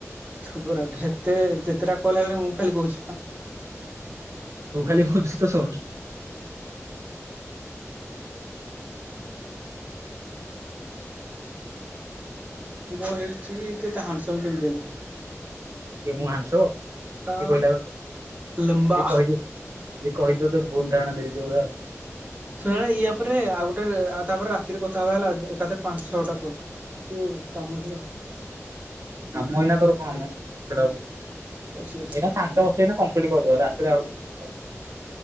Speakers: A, on the right; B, on the right.
A: ଥୋବୋରା ହେତେ ଯେତେଟା କଲ ଆଇଲାଣି ମୁଁ ଖାଲି କୋହୁଚି ପା।
B: ତୁ ଖାଲି କୋହୁଚୁ ସେତ ଶୁଣୁଚ
A: ମୁଁ କଣ ହେଇଚି କି ତୁ ଏତେ ହାଣ୍ଡସମ୍ କେମତି ହେଲୁ?
B: କିଏ ମୁଁ ହାଣ୍ଡସମ କିଏ
A: ଆଉ
B: କହିଲା ତତେ କିଏ
A: ଲମ୍ବା।
B: କହିଲେ ଯିଏ କହିଚି ତତେ ଭୁଲ ଧାରଣା ଦେଇଥିବତ।
A: ଶୁଣେ ୟା ପରେ ଆଉ ଗୋଟେ ଆଉ ତାପରେ ରାତିରେ କଥା ହବା ହେଲା ଦେ-ଏକାଥରେ ପାଞ୍ଚ ଛଅଟା କଲ। ଟିକେ କାମ ଅଛି ତ।
B: କାମ ଏଇନା ତୋର କଣମ ସେଟାକୁ ଏଇନା
A: ଅଛି ଅଛି
B: ଫାଙ୍କା ବସଚି ଏଇନା କମ୍ ସେଇଟି କ-କ ରାତିରେ ଆହୁରି ଭୋଉତ କାମ